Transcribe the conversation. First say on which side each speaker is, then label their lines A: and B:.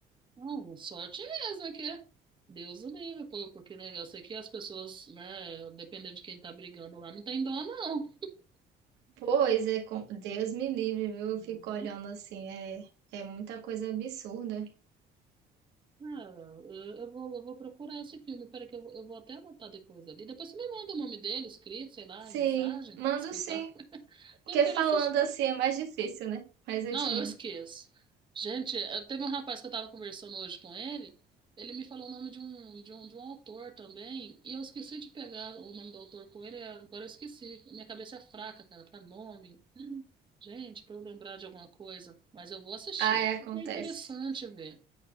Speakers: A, on the right; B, on the right.
A: Não, sorte mesmo que é Deus o livre, pô, porque né, eu sei que as pessoas, né, dependendo de quem tá brigando lá, não tem dó, não.
B: Pois é, com- Deus me livre, viu?
A: Né?
B: Eu fico olhando assim, é é muita coisa absurda.
A: Cara, eu, eu vou, eu vou procurar esse filme. Peraí, que eu, vou- eu vou até anotar depois ali. Depois você me manda o nome dele, escrito, sei lá,
B: Sim,
A: em mensagem,
B: mando
A: escrita.
B: sim, porque
A: Eu quero
B: falando
A: assistir.
B: assim é mais difícil, né? Mas eu
A: Não,
B: te mando.
A: eu esqueço. Gente, eu- teve um rapaz que eu estava conversando hoje com ele, ele me falou o nome de um, de um, de um autor também, e eu esqueci de pegar o nome do autor com ele, e agora eu esqueci. Minha cabeça é fraca, cara, para nome. Gente, para eu lembrar de alguma coisa, mas eu vou assistir.
B: Ah, é, acontece.
A: É interessante ver.